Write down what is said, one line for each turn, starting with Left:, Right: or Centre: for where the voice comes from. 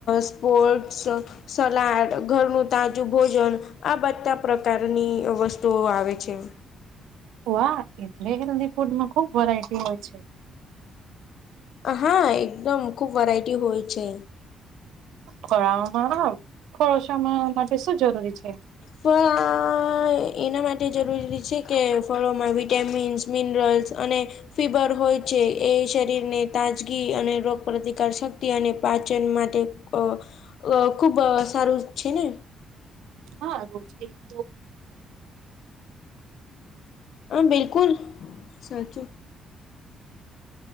Left: સ્પોટ્સ સલાડ ઘરનું તાજું ભોજન આ બધા પ્રકારની વસ્તુઓ આવે છે
Right: વાહ એટલે હેલ્ધી ફૂડમાં ખુબ વેરાયટી હોય છે
Left: હા એકદમ ખુબ વરાયટી હોય છે
Right: ફળામાં ફળોશ માટે શું જરૂરી છે
Left: ફળ એના માટે જરૂરી છે, કે ફળોમાં વી ટેમિન્સ, મિનરલ્સ અને ફીબર હોય છે, એ શરીરને તાજગી અને રોગ પ્રતિકાર શક્તિ અને પાચન માટે અ અ ખુબ સારું છે, ને
Right: હા રોજ એક <inaudible>
Left: હા બિલકુલ સાચું